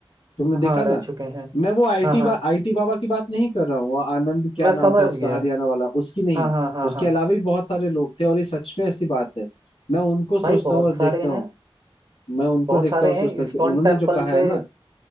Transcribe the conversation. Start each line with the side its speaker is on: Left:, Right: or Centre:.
Left: तुमने देखा
Right: हाँ
Left: ना
Right: रह चुके हैं
Left: मैं वो आईटी
Right: हाँ हाँ
Left: बा, आईटी बाबा की बात नहीं कर रहा हूँ वो आनंद क्या
Right: मैं
Left: नाम
Right: समझ
Left: था उसका
Right: गया
Left: हरियाणा वाला उसकी नहीं
Right: हाँ हाँ हाँ
Left: उसके
Right: हाँ
Left: अलावा भी बहुत सारे लोग थे और ये सच में ऐसी बात है मैं उनको सोचता
Right: भाई बहुत
Left: हूँ और
Right: सारे
Left: देखता हूँ
Right: हैं
Left: मैं उनको
Right: बहुत
Left: देखता
Right: सारे
Left: हूँ और सोचता
Right: हैं इस्कॉन
Left: हूँ कि उन्होंने
Right: टेम्पल
Left: जो कहा
Right: पे
Left: है ना